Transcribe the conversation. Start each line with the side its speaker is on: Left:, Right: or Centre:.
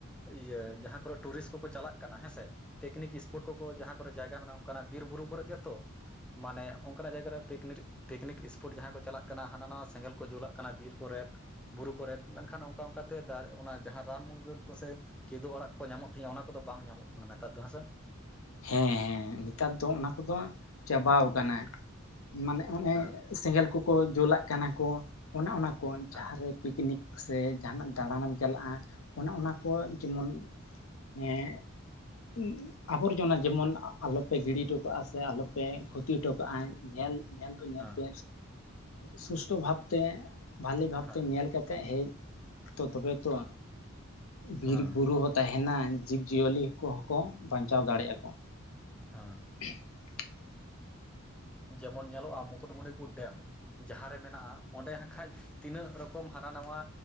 Centre: ᱤᱭᱟᱹ ᱡᱟᱦᱟᱸ ᱠᱚᱨᱮ ᱴᱩᱨᱤᱥᱴ ᱠᱚ ᱠᱚ ᱪᱟᱞᱟᱜ ᱠᱟᱱᱟ ᱦᱮᱸᱥᱮ ᱯᱤᱠᱱᱤᱠ ᱥᱯᱚᱴ ᱠᱚ ᱠᱚ ᱡᱟᱦᱟᱸ ᱠᱚᱨᱮ ᱡᱟᱭᱜᱟ ᱢᱮᱱᱟᱜᱼᱟ ᱚᱱᱠᱟᱱᱟᱜ ᱵᱤᱨ ᱵᱩᱨᱩ ᱠᱚᱨᱮ ᱜᱮᱛᱚ ᱢᱟᱱᱮ ᱚᱱᱠᱟᱱᱟᱜ ᱡᱟᱭᱜᱟ ᱨᱮ ᱯᱤᱠᱱᱤᱠ ᱯᱤᱠᱱᱤᱠ ᱥᱯᱚᱴ ᱡᱟᱦᱟᱸᱭ ᱠᱚ ᱪᱟᱞᱟᱜ ᱠᱟᱱᱟ ᱦᱟᱱᱟ ᱱᱟᱣᱟ ᱥᱮᱸᱜᱮᱞ ᱠᱚ ᱡᱩᱞᱟᱜ ᱠᱟᱱᱟ ᱵᱤᱨ ᱠᱚᱨᱮᱜ, ᱵᱩᱨᱩ ᱠᱚᱨᱮᱫ ᱢᱮᱱᱠᱷᱟᱱ ᱚᱱᱠᱟ ᱚᱱᱠᱟᱛᱮ ᱟᱨ ᱚᱱᱟ ᱡᱟᱦᱟᱸ ᱨᱟᱱ ᱢᱩᱨᱜᱟᱹᱱ ᱠᱚᱥᱮ ᱠᱤᱫᱩᱜ ᱟᱲᱟᱜ ᱠᱚ ᱧᱟᱢᱚᱜ ᱛᱟᱦᱮᱸᱜ ᱚᱱᱟ ᱠᱚᱫᱚ ᱵᱟᱝ ᱧᱟᱢᱚᱜ ᱠᱟᱱᱟ ᱱᱮᱛᱟᱨ ᱫᱚ ᱦᱮᱸᱥᱮ᱾
Left: ᱦᱮᱸ ᱦᱮᱸ ᱱᱮᱛᱟᱨ ᱫᱚ ᱚᱱᱟ ᱠᱚᱫᱚ ᱪᱟᱵᱟᱣ ᱠᱟᱱᱟ, ᱢᱟᱱᱮ ᱚᱱᱮ
Centre: ᱦᱮᱸ
Left: ᱥᱮᱸᱜᱮᱞ ᱠᱚᱠᱚ ᱡᱩᱞᱟᱜ ᱠᱟᱱᱟ ᱠᱚ ᱚᱱᱮ ᱚᱱᱟ ᱠᱚ ᱡᱟᱦᱟᱸ
Centre: ᱦᱮᱸ
Left: ᱨᱮ ᱯᱤᱠᱱᱤᱠ ᱥᱮ ᱡᱟᱦᱟᱱᱟᱜ ᱫᱟᱬᱟᱱᱮᱢ ᱪᱟᱞᱟᱜᱼᱟ ᱚᱱᱮ ᱚᱱᱟ ᱠᱚ ᱡᱮᱢᱚᱱ <unintelligible> ᱡᱮᱢᱚᱱ ᱟᱞᱚᱯᱮ ᱜᱤᱰᱤ ᱦᱚᱴᱚ ᱠᱟᱜᱼᱟ ᱥᱮ ᱟᱞᱚᱯᱮ ᱠᱷᱚᱛᱤ ᱦᱚᱴᱚ ᱠᱟᱜᱼᱟ, ᱧᱮᱞ ᱧᱮᱞ ᱫᱚ ᱧᱮᱞ
Centre: ᱦᱮᱸ
Left: ᱯᱮ ᱥᱩᱥᱴᱷ ᱵᱷᱟᱵᱽ ᱛᱮ᱾ ᱵᱷᱟᱞᱮ ᱵᱷᱟᱵᱽ
Centre: ᱦᱮᱸ
Left: ᱛᱮ ᱧᱮᱞ ᱠᱟᱛᱮᱜ ᱦᱮᱡ ᱛᱚ ᱛᱚᱵᱮ ᱛᱚ ᱵᱤᱨ
Centre: ᱦᱮᱸ
Left: ᱵᱩᱨᱩ ᱦᱚᱸ ᱛᱟᱦᱮᱱᱟ ᱡᱤᱵᱽᱡᱤᱭᱟᱹᱞᱤ ᱠᱚᱦᱚᱸ ᱠᱚ ᱵᱟᱧᱪᱟᱣ ᱫᱟᱲᱮᱭᱟᱜ ᱟᱠᱚ᱾
Centre: ᱦᱮᱸ
Left: <unintelligible>
Centre: ᱡᱮᱢᱚᱱ ᱧᱮᱞᱚᱜᱼᱟ ᱢᱩᱠᱩᱴᱢᱩᱱᱤ ᱯᱩᱨ ᱰᱮᱢ᱾ ᱡᱟᱦᱟᱸ ᱨᱮ ᱢᱮᱱᱟᱜᱼᱟ ᱚᱸᱰᱮ ᱦᱟᱸᱜ ᱠᱷᱟᱡ ᱛᱤᱱᱟᱹᱜ ᱨᱚᱠᱚᱢ ᱦᱟᱱᱟ ᱱᱟᱣᱟ